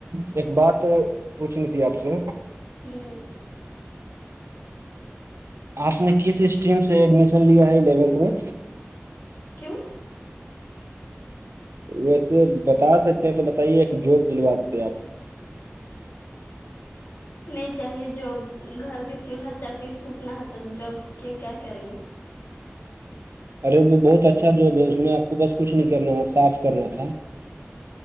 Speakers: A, on the right; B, on the left.
A: ایک بات پوچھنی تھی آپ سے
B: ہ
A: آپ نے کس اسٹریم سے ایڈمیشن لیا ہے الیونتھ میں
B: کیوں
A: ویسے بتا سکتے ہیں تو بتائیے ایک جاب دلوا دیتے آپ <inaudible>
B: نہیں چاہیے ج گھر کے چولہا چکی پھکنا ہے تو جب کہ کیا کریں گے
A: ارے وہ بہت اچھا جوب ہے اس میں آپ کو بس کچھ نہیں کرنا صاف کرنا تھا